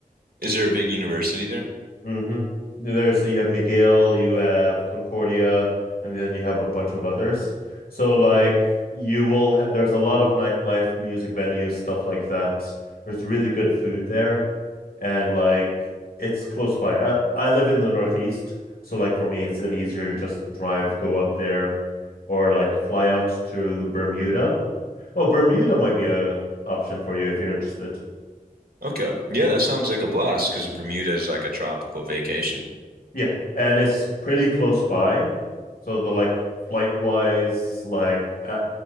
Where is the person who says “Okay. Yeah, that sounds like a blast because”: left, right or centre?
Right